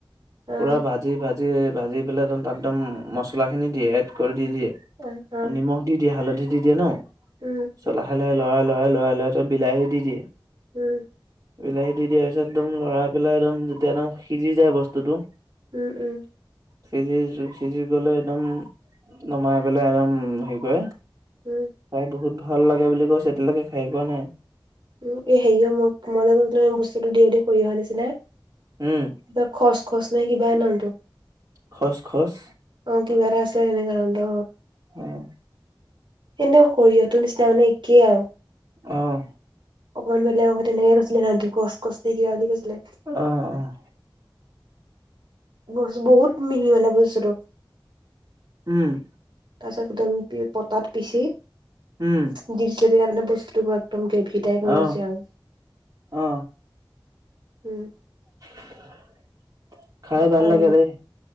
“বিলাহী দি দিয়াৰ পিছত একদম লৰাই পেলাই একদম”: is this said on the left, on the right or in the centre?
Right